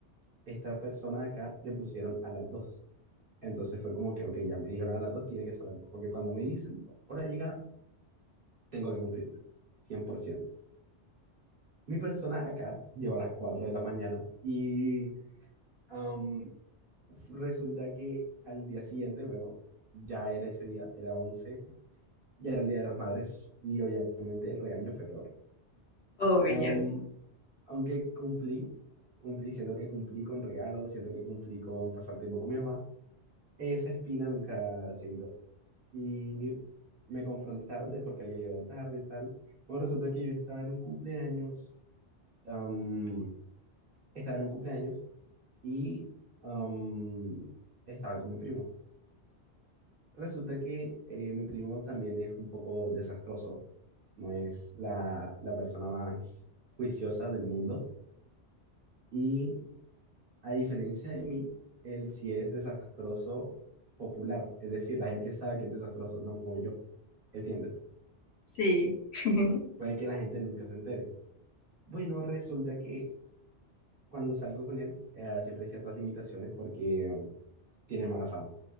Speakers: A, on the right; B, on the left.
A: esta persona acá le pusieron a las dos Entonces fue como que, ok, ya me dijeron a las dos tiene que ser a las dos Porque cuando me dicen hora de llegada, tengo que cumplirla. cien por ciento Mi persona acá llegó a las 4 de la mañana y am, resulta que al día siguiente, bueno, ya era ese día, era once ya era el Día de las Madres y obviamente el regaño fue peor.
B: Obvio,
A: Am, aunque cumplí, cumplí, siento que cumplí con regalos, siento que cumplí con pasar tiempo con mi mamá, esa espina nunca se quitó. Y me confrontaron de por qué había llegado tarde y tal. Bueno, resulta que yo estaba en un cumpleaños, am, estaba en un cumpleaños y am, estaba con mi primo. Resulta que eh, mi primo también es un poco desastroso, no es la, la persona más juiciosa del mundo y a diferencia de mí, él sí es desastroso popular, es decir, la gente sabe que es desastroso, no como yo, ¿entiendes?
B: sí. <laughs>
A: Puede que la gente nunca se entere. Bueno, resulta que cuando salgo con él, eh, siempre hay ciertas limitaciones porque um, tiene mala fama.